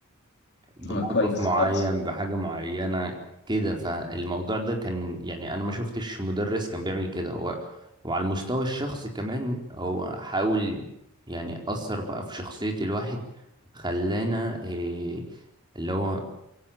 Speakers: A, on the right; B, on the left.
A: بموقف
B: آه، كويس
A: معين
B: خالص
A: بحاجه معينه كده فالموضوع ده كان يعني انا ما شفتش مدرس كان بيعمل كده هو وعلى المستوى الشخصي كمان هو حاول يعني اثر بقى في شخصيه الواحد خلانا إيه اللي هو